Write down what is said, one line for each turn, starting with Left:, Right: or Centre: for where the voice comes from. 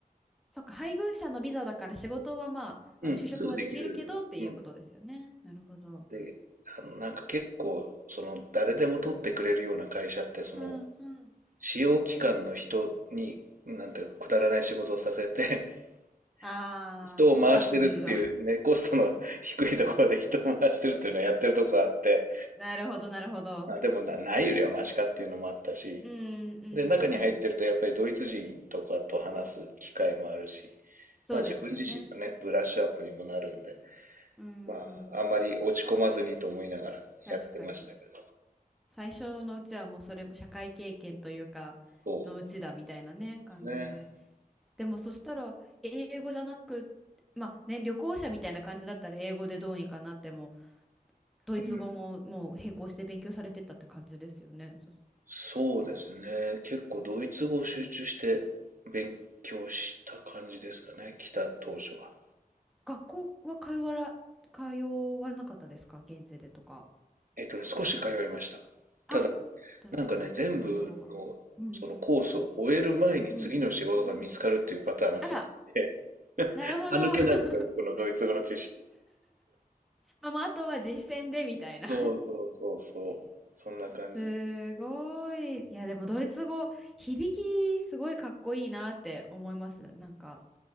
Centre: そっか、配偶者のビザだから仕事はまあ、
Right: うん、
Centre: あの就職はできるけどっていうことですよね。
Right: すぐできる。うん。
Centre: なるほど。
Right: で、あの、なんか結構、その、誰でも取ってくれるような会社って、その、
Centre: うんうん。
Right: 使用期間の人に、なんていうか、くだらない仕事をさせて、
Centre: ああ、
Right: <laughs> 人を回してるっていう、
Centre: 雑務言うわ。
Right: ね、コストの <laughs> 低いところで人を回してるっていうのをやってるとこがあって、
Centre: <laughs> なるほど、なるほど。
Right: まあでもな、ないよりはマシかっていうのもあったし、
Centre: うんうんうん。
Right: で、中に入ってるとやっぱりドイツ人とかと話す機会もあるし、
Centre: そうですよね。
Right: まあ自分自身のね、ブラッシュアップにもなるんで、
Centre: うん、
Right: まあ、あんまり落ち込まずにと思いながらやってましたけど。
Centre: 確かに。最初のうちはもうそれも社会経験というか、
Right: そ
Centre: のうちだみたいなね、
Right: うですね。
Centre: 感じで。でもそしたら、英語じゃなく、まあね、旅行者みたいな感じだったら英語でどうにかなっても、ドイツ語ももう並行して勉強されてたって感じですよね。
Right: うん
Centre: そ
Right: そうですね。
Centre: きっと。
Right: 結構ドイツ語を集中して勉強した感じですかね。来た当初は。
Centre: 学校は通わら、通わなかったですか現地でとか。
Right: えっとね、少し通いました。ただ、
Centre: あ、ド、
Right: なんかね、全部のそのコースを終える前に次の仕事が見つかるっていうパターンが続いて、
Centre: ドイツ語学校。うん、うん、うん。あら、なるほど。
Right: 歯抜けなんですよ、
Centre: <laughs>
Right: 僕のドイツ語の知識。
Centre: まあ、もうあとは実践でみたいな
Right: そうそうそうそう。そんな感じ。
Centre: <laughs> すごい。いや、でもドイツ語、響きすごいかっこいいなって思います。なんか。